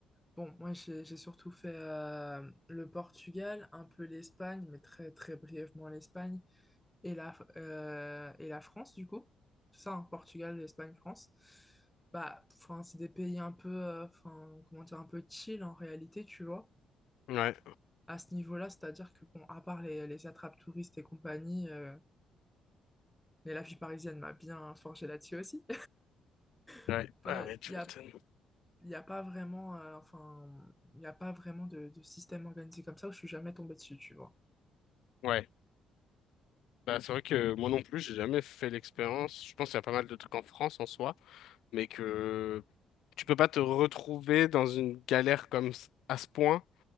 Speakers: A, in the centre; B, on the left.
A: bon, moi, j'ai j'ai surtout fait euh, le Portugal, un peu l'Espagne, mais très, très brièvement l'Espagne, et la, euh, et la France, du coup. C'est ça, hein, Portugal, Espagne, France. Bah, enfin, c'est des pays un peu, euh, enfin, comment dire, un peu chill en réalité, tu vois.
B: Ouais,
A: À ce niveau-là, c'est-à-dire que, bon, à part les, les attrapes touristes et compagnie, euh, Mais la vie parisienne m'a bien forgé là-dessus aussi. <laughs>
B: ouais,
A: Pas-
B: ah ouais, tu
A: Il y a,
B: m'étonnes.
A: il y a pas vraiment, euh, enfin, il n'y a pas vraiment de, de système organisé comme ça où je suis jamais tombée dessus, tu vois.
B: Ouais, bah, c'est vrai que moi non plus, j'ai jamais fait l'expérience. Je pense qu'il y a pas mal de trucs en France en soi, mais que tu peux pas te retrouver dans une galère comme s- à ce point